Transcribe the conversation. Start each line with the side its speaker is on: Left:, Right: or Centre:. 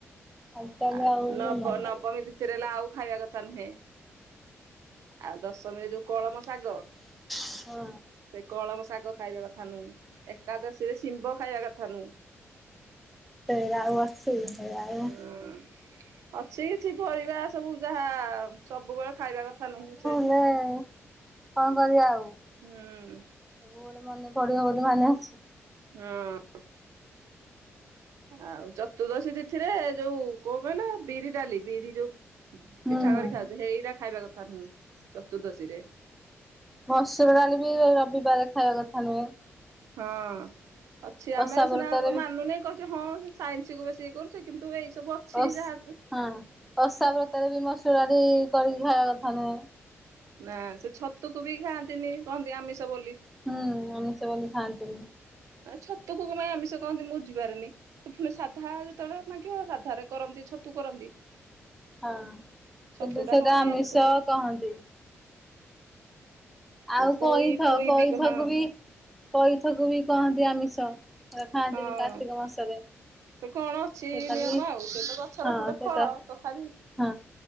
Centre: ଆଜିକାଲି
Right: ଆ
Centre: ଆଉ
Right: ନବ
Centre: କେହି ମାନୁନାହାନ୍ତି
Right: ନବମୀ ତି ସେଥିରେ ଲାଉ ଖାଇବା କଥା ନୁହେଁ ଆଉ ଦଶମୀରେ ଯୋଉ କଳମ ଶାଗ
Centre: ହଁ
Right: ସେ କଳମ ଶାଗ ଖାଇବା କଥା ନୁ ଏକାଦଶୀରେ ଶିମ୍ବ ଖାଇବା କଥା ନୁ
Centre: ସେଇରା ଆଉ ଅଛିୁ ସେଇରାଉ
Right: ହଁ ଅଛି କିଛି ପରିବା ସବୁ ଯାହା ସବୁବେଳେ ଖାଇବା କଥା ନୁହଁ ସେ
Centre: ମୁଁ କଣ କରିବା ଆଉ
Right: ହୁଁ
Centre: ସବୁବେଳେ ମନେ ପଡିବ ବୋଲି ମାନେ ଅଛି
Right: ହୁଁ ଆଉ ଚତୁର୍ଦଶୀ ତିଥିରେ ଯୋଉ କଣ କହିଲ ବିରି ଡାଲି ବିରି ଯୋଉ
Centre: ହୁଁ
Right: ପିଠା
Centre: ହୁଁ
Right: କରି ଖାଉଛ ହେଇରା ଖାଇବା କଥା ନୁହଁ ଚତୁର୍ଦ୍ଦଶୀ ରେ
Centre: ମସୁର ଡାଲି ବି ରବିବାର ଖାଇବା କଥା ନୁହେଁ
Right: ହଁ ଅଛି ଆମେ
Centre: ଓଷା
Right: ସିନା
Centre: ବ୍ରତରେ
Right: କ
Centre: ବି
Right: ମାନୁନେ କହୁଛେ ହଁ ସାଇନ୍ସ କୁ ବେଶୀ ଇଏ କରୁୁ ସେ କିନ୍ତୁ ଏଇ ସବୁ ଅଛି
Centre: ଓସ୍
Right: ଯାହା
Centre: ହଁ ପଷା ବ୍ରତରେ ବି ମସୁର କରିକି ଖାଇବା କଥା ନୁହେଁ
Right: ନା ସେ ଛତୁକୁ ବି ଖାଆନ୍ତିନି କହନ୍ତି ଆମିଷ ବୋଲି
Centre: ହୁଁ ଆମିସ ବୋଲି ଖାଆନ୍ତିନୀ
Right: ଛତୁ କୁ କଣ ପାଇଁ ଆମିଷ କହନ୍ତି ମୁଁ ବୁଝିପାରେନି ସେ ପୁଣି ସାଧା ଯେତେବେଳେ ମାଗିବ ସାଧାରେ କରନ୍ତି ଛତୁ କରନ୍ତି
Centre: ହଁ
Right: ଛତୁ
Centre: କିନ୍ତୁ
Right: ଟା
Centre: ସେଇଟା
Right: କଣ ପାଇଁ
Centre: ଆମିଷ
Right: କେଜାଣି।
Centre: କହନ୍ତି ଆଉ
Right: ପୋଇ
Centre: କଇଁଥ
Right: ପୋଇ
Centre: କଇଥକୁ
Right: ବି ହଁ
Centre: ବି କଇଥକୁ ବି କହନ୍ତି ଆମିଷ ଖାଆନ୍ତିନି
Right: ହଁ
Centre: କାର୍ତ୍ତିକ ମାସରେ
Right: ସେ କଣ ଅଛି
Centre: ସେଟା
Right: ନିୟମ
Centre: ବି
Right: ଆଉ ସେ ତ ଗଛର
Centre: ହଁ
Right: ଗୋଟେ
Centre: ସେଟା
Right: ଫଳ ତଥାପି
Centre: ହଁ